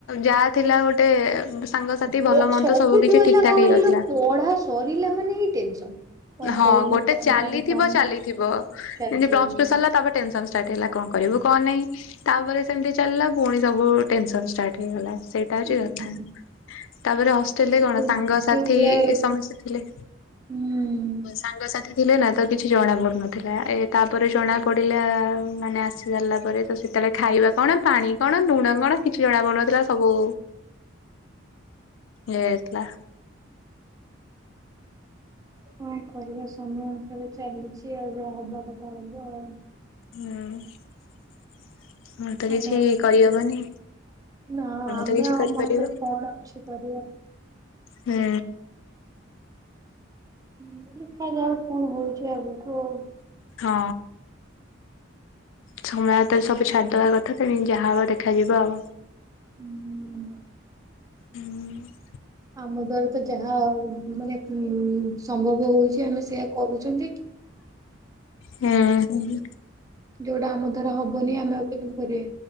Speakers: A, on the left; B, on the right.
A: ଯାହା ଥିଲା ଗୋଟେ ସାଙ୍ଗସାଥି
B: ହୁଁ
A: ଭଲ
B: ପ
A: ମନ୍ଦ
B: ସବୁଠୁ
A: ସବୁ କିଛି
B: ହେଲା
A: ଠିକ ଠାକ
B: ହେ
A: ହେଇଯାଉଥିଲା।
B: ପଢା ସରିଲା ମାନେ ଟେନସନ। କଣ
A: ହଁ
B: କରିବୁ
A: ଗୋଟେ
B: କଣ
A: ଚାଲିଥିବ
B: ନାହିଁ କଣ
A: ଚାଲିଥିବ
B: ନା
A: ଯେମତି
B: ଚାଲିଥିବ
A: ପ୍ଲସ୍ ଟୁ ସରିଲା ତାପ ଟେନସନ ଷ୍ଟାର୍ଟ ହେଲା କଣ କରିବୁ କଣ ନାଇଁ? ତାପରେ ସେମିତି ଚାଲିଲା ପୁଣି ସବୁ ଟେନସନ ଷ୍ଟାର୍ଟ ହେଇଗଲା। ଟା ହଉଚି
B: ବୁଝିଲୁ।
A: କଥା। ତାପରେ ହଷ୍ଟେଲ
B: ଏଇସବୁ
A: ରେ କଣ
B: ତ
A: ସାଙ୍ଗସଥି
B: ଯୋଉ ଭଳିଆ
A: ସମସ୍ତେ ଥିଲେ।
B: ହୁଁ।
A: ହଁ ସାଙ୍ଗ ସାଥି ତ ଥିଲେ ନା ତ କିଛି ଜଣା ପଡୁନଥିଲା। ଏ ତାପରେ ଜଣା ପଡିଲା ମାନେ ଆସି ସାରିଲା ପରେ ତ ସେତେବେଳେ ଖାଇବା କଣ ପାଣି କଣ ଲୁଣ କଣ କିଛି ବି ଜଣା ପଡୁନଥିଲା ସବୁ ୟେ ହେଥିଲା।
B: କଣ କରିବା ସମୟ ଅନୁସାରେ ଚାଲିଚି ଆଉ ଯାହା ହବା କଥା ହବ ଆଉ।
A: ହୁଁ ମୁଁ ତ
B: ଆଉ
A: କିଛି
B: ନହେଲେ
A: କରିହବନି।
B: ନା ଆମେ
A: ତ କିଛି
B: ଆମ
A: କରିପାରିବାନି।
B: ହାତରେ କଣ ଅଛି କରିବା।
A: ହୁଁ।
B: ହୁଁ ଦେଖାଯାଉ କଣ ହଉଚି ଆଗକୁ ଆଉ।
A: ହଁ। ସମୟ ହାତରେ ସବୁ ଛାଡିଦବା କଥା। ତେଣିକି ଯାହା ହବ ଦେଖାଯିବ ଆଉ।
B: ହୁଁ।
A: ହୁଁ।
B: ଆମ ଦ୍ବାରା ତ ଯାହା ମାନେ ଉଁ ସମ୍ଭବ ହଉଚି ଆମେ ସେୟା କରୁଚନ୍ତି।
A: ହୁଁ ହ।
B: ଯୋଉଟା ଆମ ଦ୍ଵାରା ହବନି ଆମେ ଆଉ କେମିତି କରିବା।